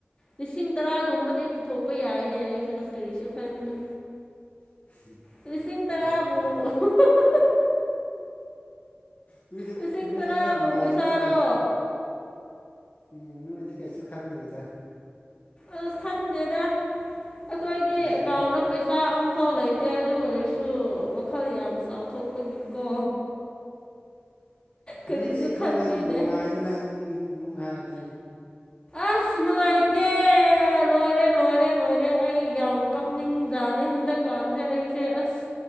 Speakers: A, on the left; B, on the left.
A: ꯂꯤꯁꯤꯡ ꯇꯔꯥꯒꯨꯝꯕꯗꯤ ꯄꯨꯊꯣꯛꯄ ꯌꯥꯏꯅꯦ ꯑꯩꯁꯨ ꯑꯁ ꯀꯔꯤꯁꯨ ꯈꯟꯒꯅꯨ꯫
B: <unintelligible>
A: ꯂꯤꯁꯤꯡ
B: ꯄꯨꯊꯣꯛ
A: ꯇꯔꯥꯕꯨ꯫
B: ꯄꯨꯊꯣꯛ
A: <unintelligible>
B: ꯅꯣꯏꯗꯤ
A: ꯂꯤꯁꯤꯡ
B: ꯅꯣꯏꯗꯤ
A: ꯇꯔꯥꯕꯨ
B: ꯈꯔ ꯅꯨꯡꯉꯥꯏꯔꯝꯅꯤꯅ꯫
A: ꯄꯩꯁꯥꯔꯣ
B: ꯎꯝ ꯅꯣꯏꯗꯤ ꯀꯩꯁꯨ ꯈꯜꯂꯣꯏꯗ꯫
A: ꯑꯁ ꯈꯟꯗꯦꯗ ꯑꯩꯈꯣꯏꯗꯤ
B: ꯂꯩꯇꯕ
A: ꯑꯦꯀꯥꯎꯟꯗ ꯄꯩꯁꯥ ꯑꯝꯐꯥꯎ ꯂꯩ ꯇꯦ ꯑꯗꯨ ꯑꯣꯏꯔꯁꯨ ꯋꯥꯈꯜ ꯌꯥꯝ ꯆꯥꯎꯊꯣꯛꯄꯒꯤꯀꯣ꯫ ꯀꯔꯤꯁꯨ
B: ꯅꯣꯏꯗꯤ ꯈꯔ
A: ꯈꯟꯕꯤꯗꯦ
B: ꯂꯩ ꯅꯨꯡꯉꯥꯏꯗꯅ ꯏꯃꯨꯡ ꯏꯃꯨꯡ ꯍꯥꯏꯔꯗꯤ꯫
A: ꯑꯁ ꯅꯨꯡꯉꯥꯏꯇꯦ ꯂꯣꯏꯔꯦ ꯂꯣꯏꯔꯦ ꯂꯣꯏꯔꯦ ꯑꯩ꯫ ꯑꯩ ꯌꯥꯝ ꯀꯞꯅꯤꯡꯖꯥꯅꯤ ꯍꯟꯗꯛꯀꯥꯟꯁꯤ ꯑꯩꯁꯦ ꯑꯁ꯫